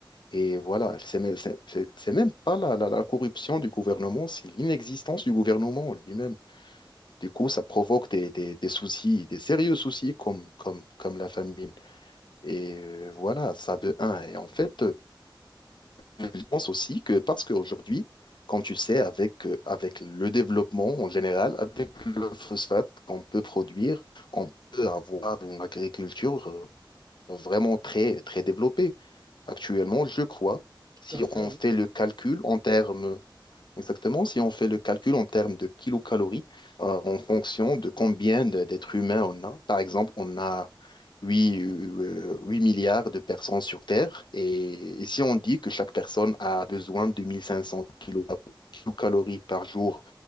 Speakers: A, on the left; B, on the right.
A: Et voilà, c'est même c'est- c'est- c'est même pas la, la la corruption du gouvernement, c'est l'inexistence du gouvernement lui-même. Du coup, ça provoque des, des- des soucis, des sérieux soucis comme, comme, comme la famine. Et euh, voilà, ça de un. Et en fait, euh, je pense aussi que parce qu'aujourd'hui, comme tu sais, avec, euh, avec le développement en général, avec le phosphate qu'on peut produire, on peut avoir une agriculture euh, vraiment très, très développée. Actuellement, je crois,
B: tout
A: si
B: à fait,
A: on
B: oui.
A: fait le calcul en termes Exactement. Si on fait le calcul en termes de kilocalories, euh, en fonction de combien de- d'êtres humains on a, par exemple, on a 8 euh, 8 milliards de personnes sur Terre. Et, et si on dit que chaque personne a besoin de 1500 kilo- kilocalories par jour